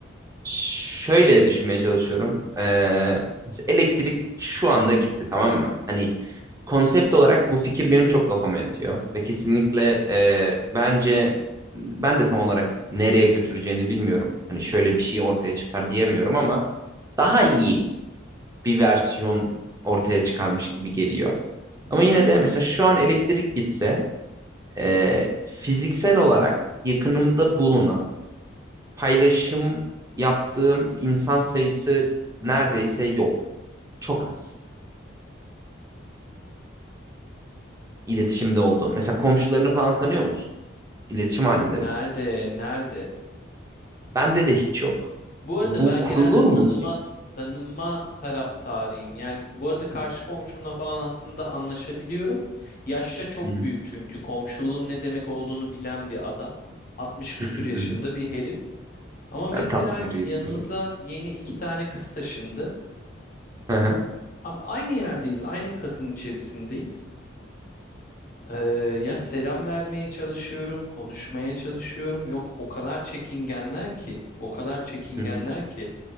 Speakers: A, on the right; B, on the left.
A: şöyle düşünmeye çalışıyorum. Ee, mesela elektrik şu anda gitti tamam mı? Hani konsept olarak bu fikir benim çok kafama yatıyor. Ve kesinlikle e, bence ben de tam olarak nereye götüreceğini bilmiyorum. Hani şöyle bir şey ortaya çıkar diyemiyorum ama daha iyi bir versiyon ortaya çıkarmış gibi geliyor. Ama
B: Hı hı.
A: yine de mesela şu an elektrik gitse e, fiziksel olarak yakınımda bulunan paylaşım yaptığım insan sayısı neredeyse yok. Çok az iletişimde olduğum. Mesela komşularını falan tanıyor musun? İletişim halinde
B: Nerede?
A: misin?
B: Nerede?
A: Bende de hiç yok.
B: Bu arada
A: Bu
B: ben
A: kurulur
B: genelde tanıma
A: mu ki?
B: tanınma taraftarıyım. Yani bu arada karşı komşumla falan aslında anlaşabiliyorum. Yaşça çok
A: Hı hı,
B: büyük çünkü komşuluğun ne demek olduğunu bilen bir adam. 60 küsür
A: hı hı,
B: yaşında
A: hı hı.
B: bir herif. Ama mesela
A: Ben tatlı bir
B: yanımıza
A: yer-
B: yeni iki tane kız taşındı.
A: Hı hı,
B: Abi aynı yerdeyiz, aynı katın içerisindeyiz. Ee, ya selam vermeye çalışıyorum, konuşmaya çalışıyorum. Yok o kadar çekingenler ki, o kadar çekingenler
A: hı hı.
B: ki.